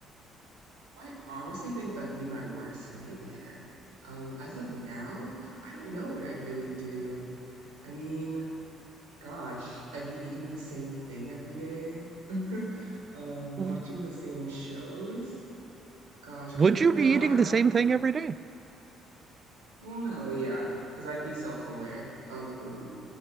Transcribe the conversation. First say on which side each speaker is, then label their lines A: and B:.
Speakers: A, on the right; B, on the right.
A: I honestly think that'd be my worst nightmare. Um, as of now, I don't know what I'd really do. I mean, gosh, I'd be eating the same thing every day, <laughs> um,
B: Mm.
A: watching the same shows. Gosh,
B: Would
A: I don't even
B: you
A: know
B: be
A: how
B: eating
A: I would.
B: the same thing every day?
A: Well, no, yeah, because I'd be self-aware of the loop.